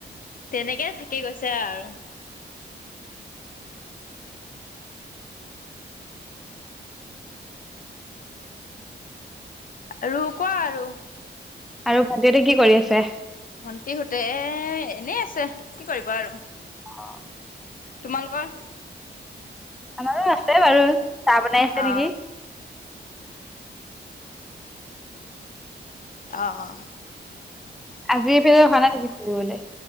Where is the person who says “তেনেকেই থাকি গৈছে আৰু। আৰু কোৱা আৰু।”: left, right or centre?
Left